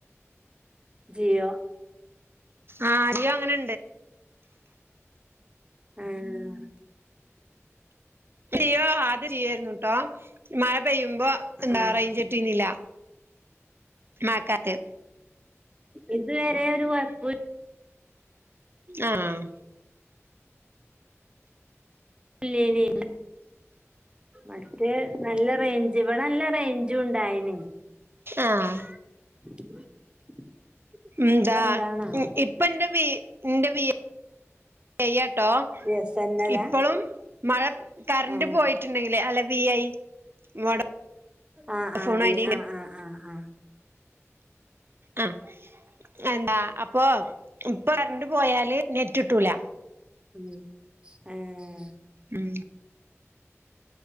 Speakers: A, on the right; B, on the right.
A: ജിയോ.
B: ആഹ് ജിയോ അങ്ങനെ
A: ആഹ്.
B: ജിയൊ ആദ്യ ജിയൊ അരുന്നുട്ടോ. മഴപെയ്യുമ്പോ എന്താ
A: ആഹ്
B: റയ്ഞ്ചട്ടീനില്ല മഴ കാലത്ത്
A: ഇത്വരെ ഒരുകൊഴ്പ്പ.
B: ആഹ്
A: ല്യേനി മറ്റേ നല്ല റേഞ്ച് ഇവിടെ നല്ല റേഞ്ച്. ഞ്ചുണ്ടായിനി.
B: ആഹ്.
A: <inaudible>
B: എന്താ
A: ഇപ്പ എന്താണാവോ
B: ഇപ്പ എന്റെ വി എന്റെ വീ ചെയ്യട്ടോ
A: ബി എസ് എൻ എലാ
B: ഇപ്പോഴും മഴ കറന്റ്
A: ആഹ്
B: പോയി ച്ചുണ്ടങ്കിലെ അല്ല വി. ഐ വോഡ
A: ആഹ് ആഹ്
B: ഫോണായിട്ട്
A: വി ആഹ് ആഹ് ആഹ് ആഹ്
B: ആഹ് എന്താ അപ്പൊ ഇപ്പൊ കറണ്ടു പോയാല് നെറ്റ് കിട്ടൂല്ല.
A: ഉം ആഹ്
B: ഉം